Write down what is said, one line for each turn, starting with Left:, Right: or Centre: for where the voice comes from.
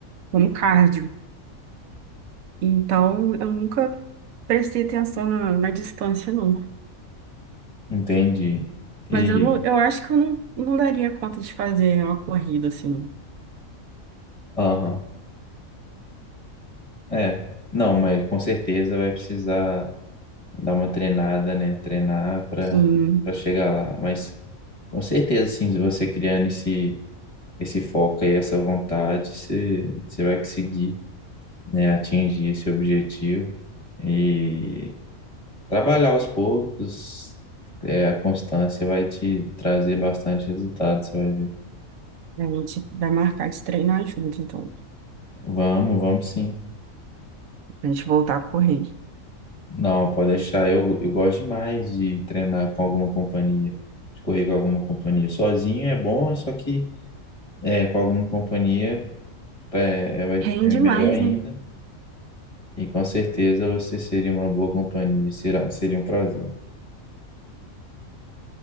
Right: como cardio. Então, eu nunca prestei atenção na, na distância, não.
Left: Entendi. E,
Right: Mas eu, não, eu acho que eu não, não daria conta de fazer uma corrida assim, não.
Left: aham, é. Não, mas com certeza vai precisar dar uma treinada, né? Treinar para
Right: Sim,
Left: para chegar lá. Mas com certeza, sim, se você criando esse, esse foco aí, essa vontade, você, você vai conseguir, né, atingir esse objetivo e trabalhar aos poucos. É, a constância vai te trazer bastante resultado, você vai ver.
Right: a gente vai marcar de treinar junto, então,
Left: Vamos, vamos sim.
Right: a gente voltar a correr.
Left: Não, pode deixar. Eu, eu gosto demais de treinar com alguma companhia, de correr com alguma companhia. Sozinho é bom, só que é, com alguma companhia é, é, vai-
Right: Rende
Left: é melhor
Right: mais,
Left: ainda.
Right: né?
Left: E com certeza você seria uma boa companhia, será, seria um prazer.